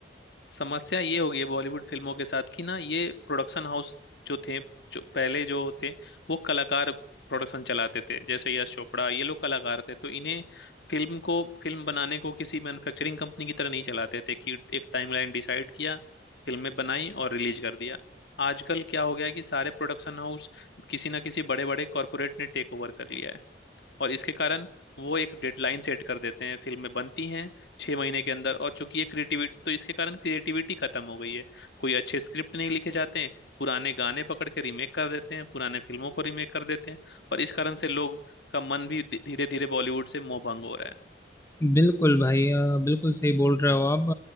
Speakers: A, on the left; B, on the left.
A: समस्या ये हो गई है बॉलीवुड फिल्मों के साथ कि ना ये प्रोडक्शन हाउस जो थे जो पहले जो होते वो कलाकार प्रोडक्शन चलाते थे जैसे यश चोपड़ा ये लोग कलाकार थे तो इन्हें फिल्म को फिल्म बनाने को किसी मैन्युफैक्चरिंग कंपनी की तरह नहीं चलाते थे कि एक टाइमलाइन डिसाइड किया फिल्में बनाई और रिलीज कर दिया आजकल क्या हो गया है कि सारे प्रोडक्शन हाउस किसी ना किसी बड़े बड़े कॉरपोरेट ने टेक ओवर कर लिया है और इसके कारण वो एक डेडलाइन सेट कर देते हैं फिल्में बनती हैं छह महीने के अंदर और चूंकि ये क्रिएटिविटी तो इसके कारण क्रिएटिविटी खत्म हो गई है कोई अच्छे स्क्रिप्ट नहीं लिखे जाते हैं पुराने गाने पकड़ के रीमेक कर देते हैं पुराने फिल्मों को रीमेक कर देते हैं और इस कारण से लोग का मन भी धीरे धीरे बॉलीवुड से मोह भंग हो रहा है
B: बिल्कुल भाई अ, बिल्कुल सही बोल रहे हो आप